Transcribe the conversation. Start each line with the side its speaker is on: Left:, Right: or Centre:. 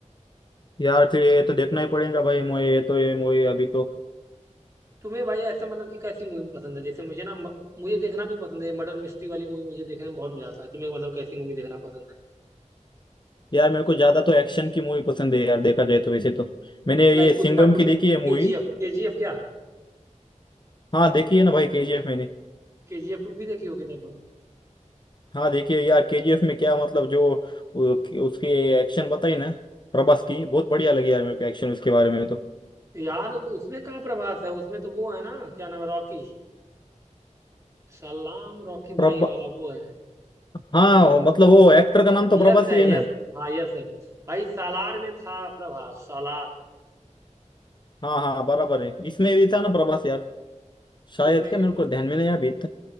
Left: यार फिर ये तो देखना ही पड़ेगा भाई मूवी ये तो ये मूवी अभी तो
Right: तुम्हें भाई ऐसा मतलब कि कैसी मूवी पसंद है जैसे मुझे ना म- मुझे देखना भी पसंद है मर्डर मिस्ट्री वाली मूवी मुझे देखने में बहुत मजा आता है तुम्हें मतलब कैसी मूवी देखना पसंद है
Left: यार मेरे को ज्यादा तो एक्शन की मूवी पसंद है यार देखा जाए तो वैसे तो मैंने
Right: Like
Left: ये सिंघम
Right: Pushpa two
Left: की देखी है
Right: K
Left: मूवी
Right: G F K G F क्या
Left: हाँ देखी है ना भाई केजीएफ मैंने
Right: के जी एफ टू भी देखी होगी तब तो।
Left: हाँ देखिए यार केजीएफ में क्या मतलब जो वो- उसके एक्शन बताई ना प्रभास की बहुत बढ़िया लगी यार मेरे को एक्शन उसके बारे में तो
Right: यार उसमें कहाँ प्रभास है उसमें तो वो है ना क्या नाम है रॉकी सलाम रॉकी भाई
Left: प्रभा
Right: वाला वो है
Left: हाँ मतलब वो एक्टर का नाम तो
Right: यस
Left: प्रभास
Right: है
Left: ही है ना
Right: यस हाँ यस है भाई सालार में था प्रभास सालार
Left: हाँ हाँ बराबर है इसमें भी था ना प्रभास यार शायद
Right: किसमें
Left: क्या
Right: किसमें
Left: मेरे को ध्यान में नहीं आ बीत